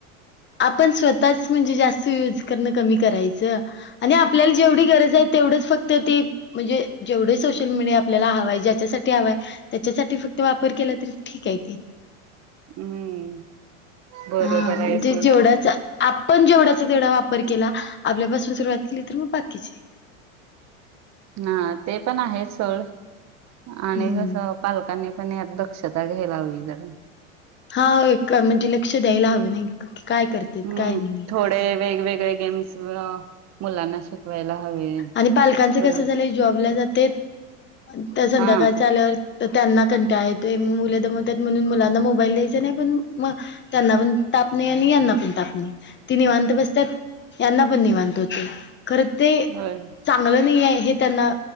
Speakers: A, on the left; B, on the right.
A: आपण स्वतःच म्हणजे जास्त यूज करण कमी करायचं आणि आप ल्याला जेवढी गरज आहे, तेवढंच फक्त ते म्हणजे जेवढे सोशल मीडिया आपल्याला हवाय ज्याच्या साठी हवाय त्याच्या साठी फक्त वापर केला तरी ठीक आहे की.
B: हम्म, बरोबर
A: हा, म्हणजे
B: आहे सोड
A: जेवढाच आपण जेवढाच तेवढं वापर वापर केला आपल्यापासून सुरुवात केली तर, मग बाकीचे
B: हा ते, पण आहे सोड आणि
A: हं.
B: कस पालकांनी पण या दक्षता घ्यायला ह जर
A: हा, <unintelligible> म्हणजे लक्ष द्यायला हवे नाही का? काय करतेत
B: हम्म,
A: काय नाही.
B: थोडे वेगवेगळे गेम्स मुलांना शिकवायला. हवे
A: आणि पालकांच
B: करून
A: कसं झालयं जॉबला जातेत संध्याकाळचं
B: हा
A: आल्यावर तर त्यांना कंटाळा येतोय, मग मुलं दमवत्यात म्हणून मुलांना मोबाईल द्यायचा नाही पण मग त्यांना पण ताप नाही, आणि यांना पण ताप नाही ती निवांत बसतात यांना पण निवांत होतय. खरं ते
B: होय
A: चांगलं नाही आहे, हे त्यांना